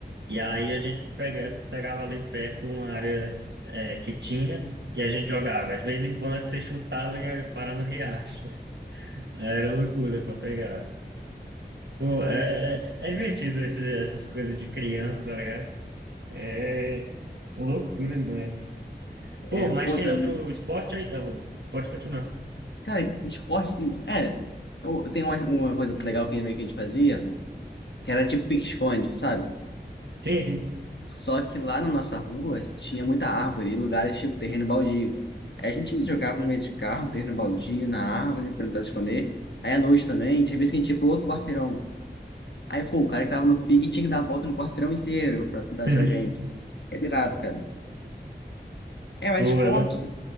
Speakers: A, on the right; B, on the left.
A: E aí a gente pega, pegava ali perto uma área é, que tinha, e a gente jogava. De vez em quando você chutava e ia parar no riacho. É, Era loucura pra pegar. Pô, é, é é divertido esse- essas coisas de criança, tá ligado? É loucura demais. Pô,
B: É,
A: mas
B: pô,
A: tem
B: tam-
A: outro esporte aí? Ah, bom, pode continuar.
B: Cara, esporte. É. o- Tem uma, uma coisa legal que meio que a gente fazia, que era tipo pique-esconde, sabe?
A: Sim, sim.
B: Só que lá na nossa rua tinha muita árvore e lugares tipo terreno baldio. Aí A gente jogava no meio de carro, no terreno baldio, na árvore, pra tentar esconder. Aí à noite também, tinha vez que a gente ia pro outro quarteirão. Aí, pô, o cara que tava no pique tinha que dar a volta no quarteirão inteiro pra tentar
A: <laughs>
B: achar a gente. É irado, cara. É, mas
A: Pô,
B: esporte,
A: é louco.